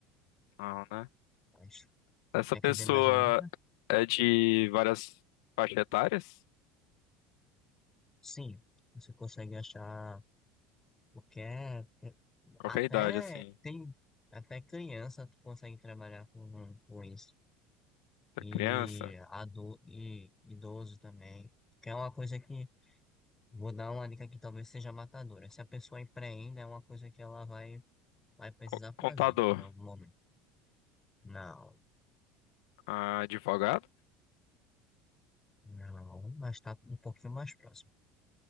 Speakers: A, on the left; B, on the left.
A: Não, né?
B: Mas,
A: Essa
B: quer
A: pessoa
B: que eu dê mais uma dica?
A: é de várias faixas etárias?
B: Sim, você consegue achar qualquer.
A: Qualquer
B: Até
A: idade, assim.
B: tem. Até criança tu consegue trabalhar com, com isso.
A: Da
B: E,
A: criança?
B: adu, e idoso também. Que é uma coisa que. Vou dar uma dica que talvez seja matadora. Se a pessoa empreenda, é uma coisa que ela vai, vai precisar
A: Co-
B: fazer
A: Contador?
B: em algum momento. Não,
A: ah, Advogado?
B: não, mas tá um pouquinho mais próximo.